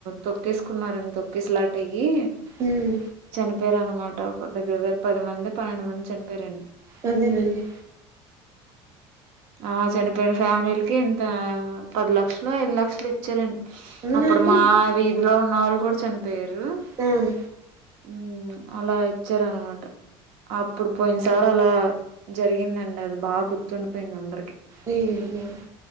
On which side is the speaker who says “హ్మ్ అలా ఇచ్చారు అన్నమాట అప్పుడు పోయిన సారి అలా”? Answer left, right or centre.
Right